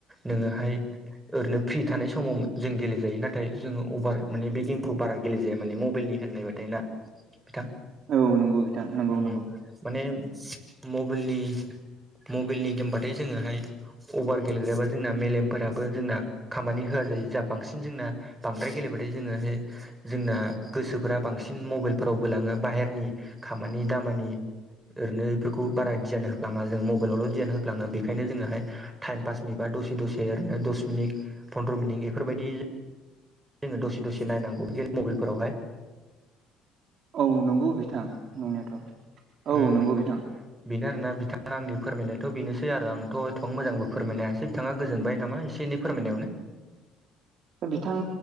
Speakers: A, on the right; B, on the right.
A: नोङोहाय ओरैनो फ्रि थानाय समाव जों गेलेजायो नाथाय जोङो अभार माने बे गेमखौ बारा गेलेजाया माने मबाइलनि होननाय बादि देना बिथां
B: औ नंगौ बिथां नंगौ
A: ओम।
B: नंगौ
A: माने मबाइलनि मबाइलनि गेमबाथाय जोङोहाय अभार गेलब्रेबा जोंना मेलेमफोराबो जोंना खामानि होआ जायो जा बांसिन जोंना बांद्राय गेलेबथाय जोङोहाय जोंना गोसोफोरा बांसिन मबाइलफोराव बोलाङो बाहेरनि खामानि दामानि ओरैनो बेफोरखौ बारा डियान होफ्लाङा जों मबाइलावल' डियान होफ्लाङो बेखायनो जोङोहाय टाइम पासनिबा दसे दसे ओरैनो दस मिनिट फन्द्र' मिनिट बेफोरबायदि जोङो दसे दसे नायनांगौ मबाइलफोरावहाय।
B: औ नंगौ बिथां नंनायाथ'
A: उम
B: औ नंगौ बिथां।
A: बेनो आरोना बिथाङा आंनि फोरमायनायथ' बेनोसै आरो आंथ' एथ मोजांबो फोरमायनो हायासै बिथाङा गोजोनबाय नामा? एसे एनै फोरमायनायावनो
B: बिथां